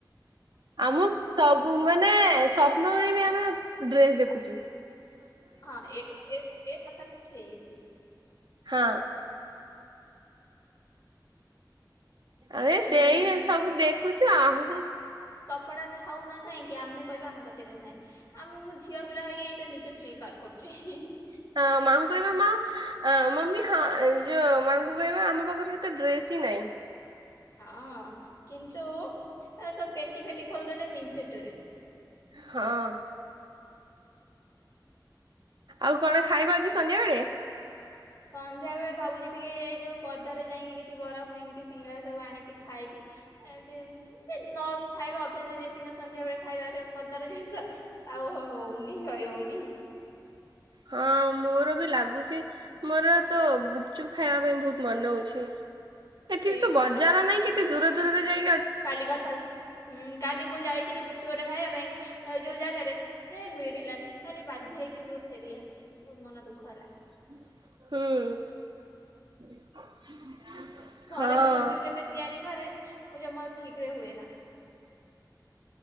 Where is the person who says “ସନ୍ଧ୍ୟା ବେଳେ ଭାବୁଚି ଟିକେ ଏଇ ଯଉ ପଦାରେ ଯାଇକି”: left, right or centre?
Left